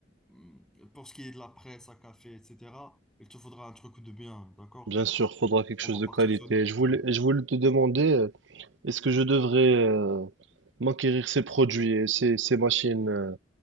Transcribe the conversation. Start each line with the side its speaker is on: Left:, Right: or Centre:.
Centre: mm, Pour ce qui est de la presse à café, etc., il te faudra un truc de bien, d'accord?
Right: bien sûr, faudra quelque
Centre: On
Right: chose
Centre: va partir
Right: de qualité.
Centre: sur du premium.
Right: Je voulais, je voulais te demander, euh, est-ce que je devrais euh, m'acquérir ces produits et ces, ces machines euh,